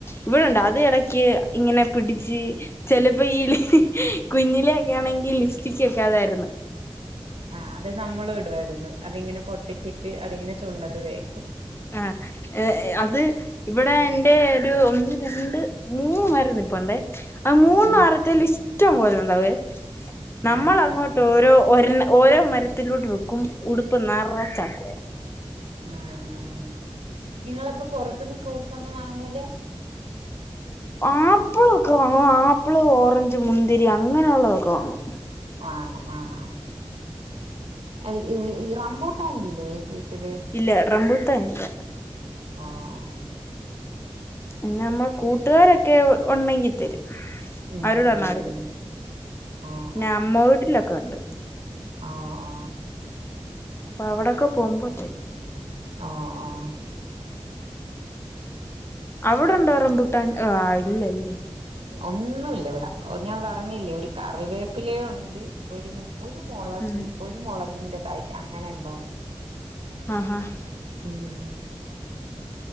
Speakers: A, on the left; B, on the right.
A: ഇവിടെണ്ട് അത് ഇടക്ക് ഇങ്ങനെ പിടിച്ച് ചിലപ്പോ ഈ കുഞ്ഞിലെക്കെ ആണെങ്കിൽ ലിപ്സ്റ്റിക്ക ഒക്കെ അതായിരുന്നു
B: ആഹ് അത് നമ്മൾ ഇടുമായിരുന്നു അതിങ്ങനെ പൊട്ടിച്ചിട്ട് അതിങ്ങനെ ചുണ്ടത് തേക്ക്യം
A: ആഹ് ഏഹ് അത് ഇവിടെ എന്റെ ഒരു ഒന്ന് രണ്ട് മൂന്ന് മരം നിപ്പുണ്ടേ ആ മൂന്ന്
B: ഉം
A: മാരത്തിൽ ഇഷ്ടം പോലുണ്ടാവേ നമ്മൾ
B: ആഹ്
A: അങ്ങോട്ട്
B: ആഹ്
A: ഓരോ ഒരണ് ഓരോ മരത്തിലോട്ട് വെക്കും ഉടുപ്പ് നറച്ചാക്കുമായിരുന്നു
B: ആഹ് ആഹ് നിങ്ങളപ്പ പുറത്ത്ന്ന് ഫ്രൂട്ട്സ് ഒന്നും വാങ്ങൂല
A: ആപ്പിള ഒക്കെ വാങ്ങും ആപ്പിള് ഓറഞ്ച് മുന്തിരി അങ്ങനെള്ളതൊക്കെ വാങ്ങും
B: ആഹ് ആഹ് ആഹ് റമ്പുട്ടാനില്ലേ വീട്ടില്
A: ഇല്ല റമ്പുട്ടാനില്ല
B: ആഹ് ആഹ്
A: പിന്നെ നമ്മൾ കൂട്ടുകാരൊക്കെ ഉണ്ടെങ്കി തരും
B: ഉം
A: അവരോട് പറഞ്ഞ
B: ഉം
A: മതി
B: ഉം ആഹ്
A: പിന്നെ അമ്മ വീട്ടിലൊക്കെ ഉണ്ട്
B: ആഹ് ആഹ്
A: അപ്പൊ അവിടൊക്കെ പോകുമ്പോത്തേ
B: ആഹ് ആഹ്
A: അവിടെണ്ടൊ റംപൂട്ടാൻ ആ ഇല്ലല്ലേ
B: ഒന്നുല്ല ഇവിടെ ഞാൻ പറഞ്ഞില്ലേ ഒരു കറിവേപ്പിലേ ഉണ്ട് ഒരു ഒരു മുളക്
A: ഉം
B: ഒരു മുളകിന്റെ തൈ അങ്ങനെ എന്തോന്ന്
A: ആഹ് ആഹ്
B: ഉം ഉം